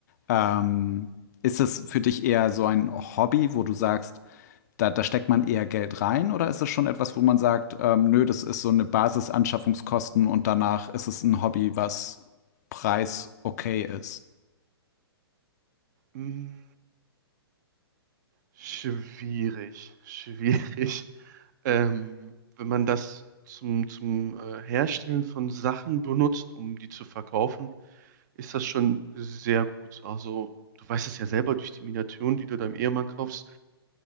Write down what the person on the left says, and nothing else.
Ähm, ist es für dich eher so ein Hobby, wo du sagst, da, da steckt man eher Geld rein, oder ist es schon etwas, wo man sagt, ähm, nö, das ist so eine Basisanschaffungskosten und danach ist es ein Hobby, was preis okay ist?